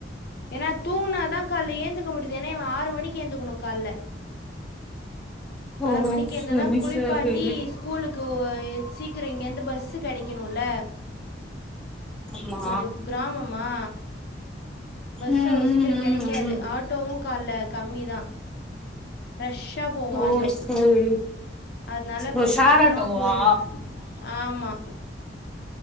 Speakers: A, on the left (about 60°); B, in the centre.
A: ஏனா தூங்குனாதா கால்ல ஏந்துக்க முடிய்து ஏனா இவ ஆறு மணிக்கு ஏந்திக்கணு கால்ல
B: ஓ
A: ஆறு மணிக்கு எழ்ந்தா
B: சரி
A: தா குளிப்பாட்டி
B: சரி
A: ஸ் கூலுக்கு எ சீக்கிர இங்கேருந்து பஸ்ஸு கெடைக்கணுல
B: ஆமா
A: இது கொஞ்ச கிராமமா பஸ்ஸு
B: ம்
A: அவ்ளோ
B: ம்
A: சீக்கிர
B: ம்
A: கெடைக் க்காது
B: ம்
A: ஆட்டோவு கால்ல கம்மி தா ரஷ்ஷா போவு
B: ஓ
A: ஆட்டோ
B: சரி
A: அதனால கொஞ்ச
B: ஓ ஷேர்
A: சீக்கிரமா
B: ஆட்டோவா
A: போயிடணு ஆமா